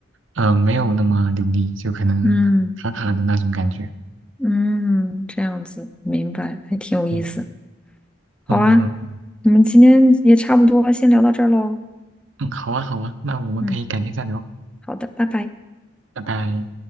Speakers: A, on the right (about 75°); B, in the centre.
A: 呃没有那么流利，就可能卡卡的那种感觉。
B: 嗯嗯，这样子，明白，还挺有意思。
A: 对，
B: 好啊，
A: 嗯嗯，
B: 我们今天也差不多，先聊到这儿喽。
A: 嗯好啊好啊，那我们可以改天再聊。
B: 嗯，好的，拜拜。
A: 拜拜。